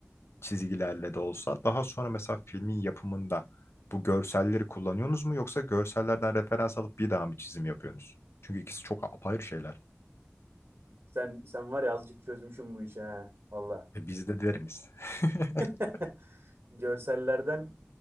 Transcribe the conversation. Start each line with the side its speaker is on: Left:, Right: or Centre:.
Left: çizgilerle de olsa. Daha sonra mesela filmin yapımında bu görselleri kullanıyorsunuz mu yoksa görsellerden referans alıp bir daha mı çizim yapıyorsunuz? Çünkü ikisi çok apayrı şeyler.
Right: Sen sen var ya azıcık çözmüşüm bu işi ha. Valla.
Left: E biz de deriniz. <laughs>
Right: <laughs> Görsellerden